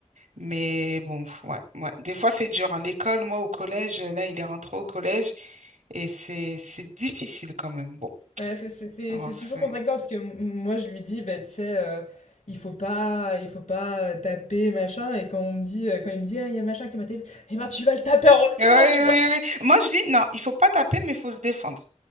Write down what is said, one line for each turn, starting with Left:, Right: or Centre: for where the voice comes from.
Right: Mais bon, ouais, ouais. Des fois, c'est dur. hein. L'école, moi, au collège, euh, là, il est rentré au collège et c'est c'est difficile quand même. Bon,
Left: Ouais, c'est c'est- c'est-
Right: alors
Left: c'est
Right: c'est...
Left: toujours contradictoire parce que m- moi je lui dis «Bah, tu sais, euh, il faut pas, il faut pas taper, machin», et quand on me dit, euh, quand il me dit «Ah, il y a machin qui m'a tapé», eh ben tu vas le taper en retour,
Right: Oui, oui,
Left: tu vois.
Right: oui. Moi, je dis, non, il faut pas taper, mais il faut se défendre.